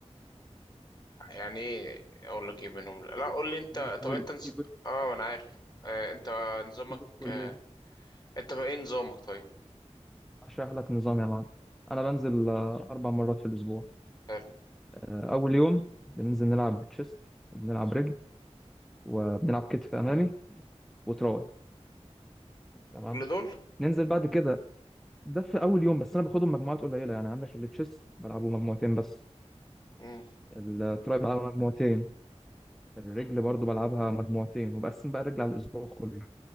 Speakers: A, on the left; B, in the centre.
A: يعني ايه اقول لك ايه منهم لا قول لي انت
B: بوش
A: طب
B: بول
A: انت نز...
B: في بوش
A: اه ما انا عارف آه انت نظامك
B: في بوش بول
A: آه
B: ليج
A: انت بقى ايه نظامك طيب
B: اشرح لك نظام يا معلم انا بنزل آه، اربع مرات في الاسبوع
A: حلو
B: آه، اول يوم بننزل نلعب تشيست وبنلعب رجل وبنلعب كتف امامي وتراي تمام
A: كل دول
B: ننزل بعد كده ده في اول يوم بس انا باخدهم مجموعات قليله يعني عندك التشيست بلعبه مجموعتين بس
A: مم.
B: التراي بلعبها مجموعتين الرجل برضو بلعبها مجموعتين وبقسم بقى الرجل على الاسبوع كله